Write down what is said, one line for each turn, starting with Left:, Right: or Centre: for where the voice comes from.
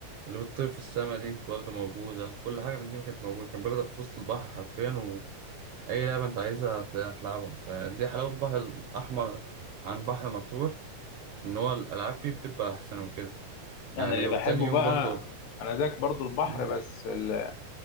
Right: اللي بتطير في السما دي برضه موجودة كل حاجة من دي كانت موجودة كان بياخدك في وسط البحر حرفيا وأي لعبة أنت عايزها هت- هتلعبها فدي حلاوة البحر الأحمر عن بحر مطروح إن هو الألعاب فيه بتبقى أحسن وكده
Left: انا
Right: يعني
Left: اللي
Right: وتاني
Left: بحبه
Right: يوم
Left: بقى
Right: برضه
Left: انا زيك برضو البحر
Right: مم،
Left: بس ال-